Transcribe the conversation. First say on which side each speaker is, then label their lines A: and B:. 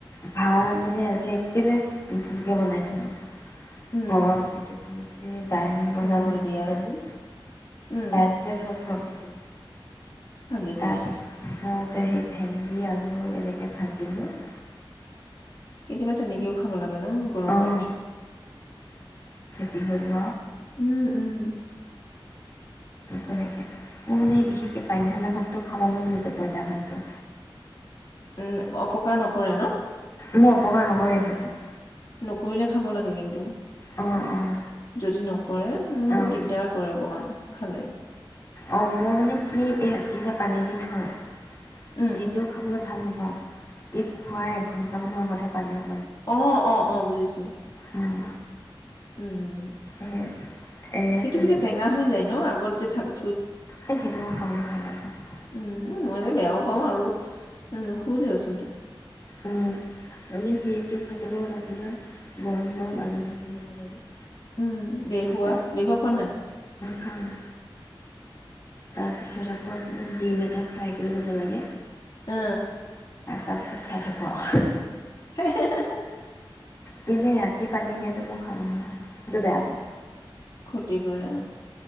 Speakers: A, on the left; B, on the left.
A: ভাত মানে আজি একেবাৰে ভুলকৈ বনাই থলোঁ ।
B: উম
A: গৰম যিটো কৰিছে দাইল বনালো
B: হয়
A: মগু
B: দিয়া
A: আজি
B: উম
A: দাইলতে চব চব্জি উম
B: ভালেই কৰিছা
A: তাৰ পিছত তায়া সেই ভেন্দি আলু এনেকৈ ভাজিলোঁ ।
B: কেতিয়াবা তেনেকেও খাব লাগে । লাগে ন গৰমত
A: অঁ
B: ।
A: এইবল <unintelligible>
B: উম, উম ।
A: তেনেকে মোৰ মানে বিশেষকে পানীঢালা ভাতটো খাম মন গৈছে পঁইতা ভাতটো।
B: উম অপকাৰ নকৰে ন ।
A: মোৰ অপকাৰ নকয় সেইটো ।
B: নকৰিলে খাব লাগে কিন্তু
A: অঁ অঁ
B: যদি নকৰে মোৰ
A: অঁ
B: আকৌ দিগদাৰ কৰেৰে অকমান । খালে ।
A: অঁ মই মানে কি এই ৰাতি যে পানী দি থয় । সিটোও
B: উম,
A: খাবলৈ । ভাল নাপাওঁ এই খোৱা এঘণ্টামানৰ আগতহে পানী অ ।
B: অ অ অ বুজিছো
A: উম,
B: উম
A: এই এই
B: সেইটো
A: তেনেকৈ
B: কিবা টেঙা হৈ যায় ন আগত যে থাকোঁ
A: এই সেইটো মই খাবলৈ ভাল নাপাওঁ
B: উম মই যে বেয়াও পাওঁ আৰু নোখোজছো চল <unintelligible>
A: অ মানে সি টো ভাতৰ লগত আপোনাৰ গৰম গৰম আলু ভাজি ল'ব লাগে
B: উম বেহুৱা
A: তাৰপৰা
B: বেহুৱা খোৱা নাই?
A: খাওঁ। তাৰ পিছত আকৌ কক ডিম এটা ফ্ৰাই কৰি ল'ব লাগে।
B: অ
A: তাৰ পিছত খাই থাকোঁ আৰু
B: হে হে হে
A: কিন্তু ৰাতি পানী দিয়াটো মই খাব নোৱাৰো সেইটো বেয়া পাও ।
B: ক্ষতি কৰা এ